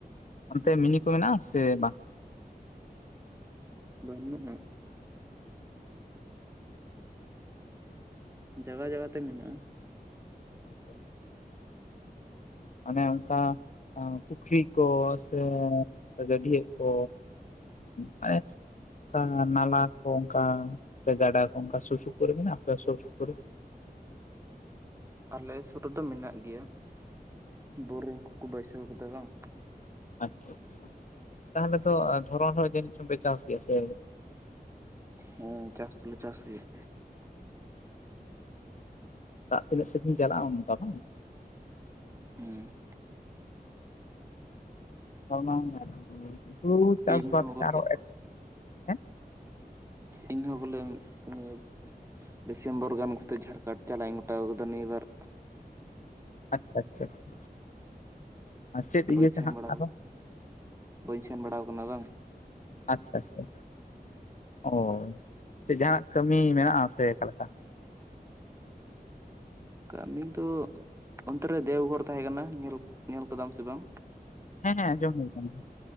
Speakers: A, on the left; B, on the right.
A: ᱚᱱᱛᱮ ᱢᱤᱱᱤ ᱠᱚ ᱢᱮᱱᱟᱜᱼᱟ ᱥᱮ ᱵᱟᱝ
B: ᱵᱟᱹᱱᱩᱜᱼᱟ ᱡᱟᱭᱜᱟ ᱡᱟᱭᱜᱟᱛᱮ ᱢᱮᱱᱟᱜᱼᱟ
A: ᱟᱪᱪᱷᱟ ᱪᱷᱟ ᱚᱱᱮ ᱚᱱᱠᱟ ᱯᱩᱠᱷᱨᱤ ᱠᱚ ᱥᱮ ᱜᱟᱹᱰᱤᱭᱟᱜ ᱠᱚ ᱢᱟᱱᱮ ᱠᱟ ᱱᱟᱞᱟ ᱠᱚ ᱚᱱᱠᱟ ᱥᱮ ᱜᱟᱰᱟ ᱠᱚ ᱚᱱᱠᱟ ᱥᱩᱨ ᱥᱩᱯᱩᱨ ᱢᱮᱱᱟᱜᱼᱟ ᱟᱯᱮ ᱥᱩᱨ ᱥᱩᱯᱩᱨ ᱨᱮ <inaudible>
B: ᱟᱞᱮ ᱥᱩᱨ ᱨᱮᱫᱚ ᱢᱮᱱᱟᱜ ᱜᱮᱭᱟ ᱵᱳᱨᱤᱜ ᱠᱚᱠᱚ ᱵᱟᱹᱭᱥᱟᱹᱣ ᱠᱟᱫᱟ ᱵᱟᱝ
A: ᱟᱪᱪᱷᱟ ᱟᱪᱪᱷᱟ ᱛᱟᱦᱚᱞᱮ ᱛᱚ ᱫᱷᱚᱨᱚᱱ ᱦᱚᱸ ᱡᱟᱹᱱᱤᱡ ᱪᱚᱝ ᱯᱮ ᱪᱟᱥ ᱜᱮᱭᱟ ᱥᱮ
B: ᱦᱩᱸ ᱪᱟᱥ ᱛᱚᱞᱮ ᱪᱟᱥ ᱜᱮᱭᱟ
A: ᱫᱟᱜ ᱛᱤᱱᱟᱹᱜ ᱥᱟᱜᱤᱧ ᱪᱟᱞᱟᱜᱼᱟ ᱚᱱᱠᱟ ᱵᱟᱝ
B: ᱦᱩᱸ
A: <unintelligible> ᱦᱩᱲᱩ ᱪᱟᱥᱵᱟᱫ
B: ᱤᱧ ᱦᱚᱸ
A: ᱛᱮ
B: ᱵᱚᱞᱮ
A: ᱟᱨᱚ ᱮᱴᱠᱮ
B: ᱤᱧᱦᱚᱸ ᱵᱚᱞᱮ ᱤᱭᱟᱹ ᱰᱤᱥᱮᱢᱵᱚᱨ ᱜᱟᱱ ᱠᱟᱛᱮᱫ ᱡᱷᱟᱲᱠᱷᱚᱸᱰ ᱪᱟᱞᱟᱜ ᱤᱧ ᱜᱚᱴᱟᱣ ᱠᱟᱫᱟ ᱱᱤᱭᱟᱹ ᱵᱟᱨ
A: ᱟᱪᱪᱷᱟ ᱟᱪᱪᱷᱟ ᱟᱪᱷᱟᱷᱟ ᱟᱨ ᱪᱮᱫ ᱤᱭᱟᱹᱛᱮ
B: ᱵᱟᱹᱧ ᱥᱮᱱ
A: ᱦᱟᱸᱜ
B: ᱵᱟᱲᱟ
A: ᱟᱫᱚ
B: ᱵᱟᱹᱧ ᱥᱮᱱ ᱵᱟᱲᱟᱣ ᱠᱟᱱᱟ ᱵᱟᱝ
A: ᱟᱪᱪᱷᱟ ᱟᱪᱪᱷᱟ ᱚ ᱪᱮᱫ ᱡᱟᱦᱟᱱᱟᱜ ᱠᱟᱹᱢᱤ ᱢᱮᱱᱟᱜᱼᱟ ᱥᱮ ᱟᱠᱟ ᱞᱮᱠᱟ
B: ᱠᱟᱹᱢᱤ ᱫᱚ ᱚᱱᱛᱮ ᱨᱮ ᱫᱮᱣᱜᱷᱚᱨ ᱛᱟᱦᱮᱸ ᱠᱟᱱᱟ ᱧᱮᱞ ᱧᱮᱞ ᱠᱟᱫᱟᱢ ᱥᱮ ᱵᱟᱝ
A: ᱦᱮᱸ ᱦᱮᱸ ᱟᱸᱡᱚᱢ ᱦᱩᱭ ᱟᱠᱟᱱᱟ